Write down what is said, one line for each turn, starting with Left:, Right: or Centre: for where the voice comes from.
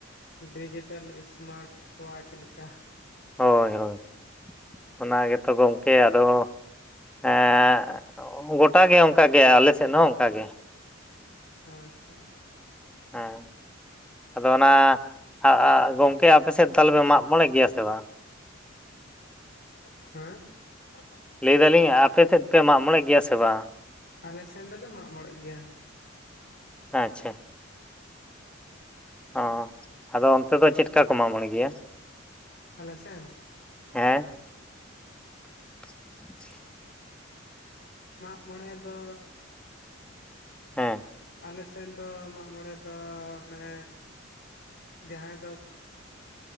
Left: ᱰᱤᱡᱤᱴᱟᱞ ᱥᱢᱟᱨᱴ ᱳᱣᱟᱪ ᱞᱮᱠᱟ ᱾
Centre: ᱦᱳᱭ ᱦᱳᱭ ᱚᱱᱟ ᱜᱮᱛᱚ ᱜᱚᱝᱠᱮ ᱟᱫᱚ ᱮᱸᱜ ᱜᱚᱴᱟ ᱜᱮ ᱚᱝᱠᱟ ᱜᱮ ᱟᱞᱮ ᱥᱮᱫ ᱦᱚᱸ ᱚᱝᱠᱟ ᱜᱮ᱾
Left: ᱟᱪᱪᱷᱟ᱾
Centre: ᱦᱮᱸ ᱟᱫᱚ ᱚᱱᱟ ᱟ ᱟ ᱜᱚᱝᱠᱮ ᱟᱯᱮ ᱥᱮᱫ ᱛᱟᱞᱮ ᱯᱮ ᱢᱟᱜ-ᱢᱚᱬᱮ ᱜᱮᱭᱟ ᱥᱮ ᱵᱟᱝ?
Left: <unintelligible> ᱦᱮᱸ <unintelligible>
Centre: ᱞᱟᱹᱭ ᱫᱟᱞᱤᱧ ᱟᱯᱮ ᱥᱮᱫ ᱯᱮ ᱢᱟᱜ-ᱢᱚᱬᱮ ᱜᱮᱭᱟ ᱥᱮ ᱵᱟᱝ?
Left: ᱟᱞᱮ ᱥᱮᱱ ᱫᱚᱞᱮ ᱢᱟᱜ-ᱢᱚᱬᱮᱜ ᱜᱮᱭᱟ ᱾
Centre: ᱟᱪᱪᱷᱟ ᱾ ᱚ ᱟᱫᱚ ᱚᱱᱛᱮ ᱫᱚ ᱪᱮᱴ ᱠᱟ ᱠᱚ ᱢᱟᱜ-ᱢᱚᱬᱮᱜ ᱜᱮᱭᱟ?
Left: ᱟᱞᱮ ᱥᱮᱱ?
Centre: ᱦᱮᱸ <inaudible>
Left: ᱢᱟᱜ-ᱢᱚᱬᱮ ᱫᱚᱻ
Centre: ᱦᱮᱸ
Left: ᱟᱞᱮ ᱥᱮᱱ ᱫᱚ ᱢᱟᱜ-ᱢᱚᱬᱮ ᱫᱚ ᱚᱱᱮ ᱡᱟᱸᱦᱟᱭ ᱫᱚ